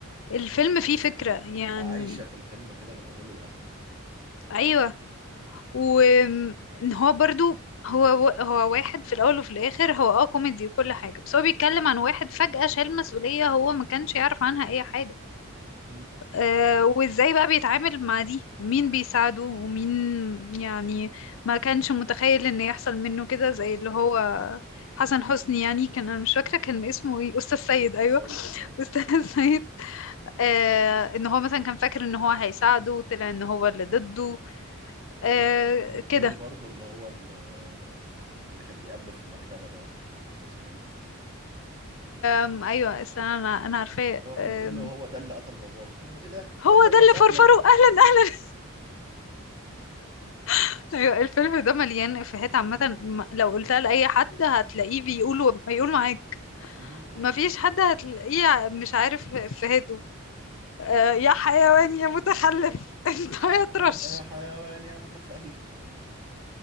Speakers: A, on the left; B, on the right.
A: الفيلم
B: يعني بيحسسك
A: فيه فكره
B: إنك
A: يعني
B: عايشة في الفيلم كده من أوله لآخره
A: ايوه وان هو برضو هو هو واحد في الاول وفي الاخر هو اه كوميدي وكل حاجه بس هو بيتكلم عن واحد فجأة شال مسؤوليه هو ما كانش يعرف عنها اي حاجه
B: مم.
A: آه وازاي بقى بيتعامل مع دي ومين بيساعده ومين يعني ما كانش متخيل ان يحصل منه كده زي اللي هو حسن حسني يعني كان انا مش فاكره كان اسمه ايه استاذ سيد ايوه
B: سيد اه
A: <laughs> استاذ سيد آه ان هو مثلا كان فاكر ان هو هيساعده وطلع ان هو اللي ضده
B: مم.
A: آه
B: والتاني
A: كده
B: برضو اللي هو ال- اللي كان بيقابله في المكتبة ده مش فاكر كان اسمه ايه
A: أم ايوه استنى انا انا عارفاه
B: اللي هو كان
A: أم،
B: بيقول له هو ده اللي قتل باباك قال له ايه ده
A: هو
B: أهلا
A: ده اللي
B: وسهلا
A: فرفره اهلا اهلا <laughs> ايوه الفيلم ده مليان افيهات عامه م- لو قلتها لاي حد هتلاقيه بيقول بيقول معاك
B: مم.
A: مفيش حد هتلاقيه مش عارف افيهاته أه يا حيوان يا متخلف <laughs> انت يا
B: انت
A: طرش
B: حيوان يا متخلف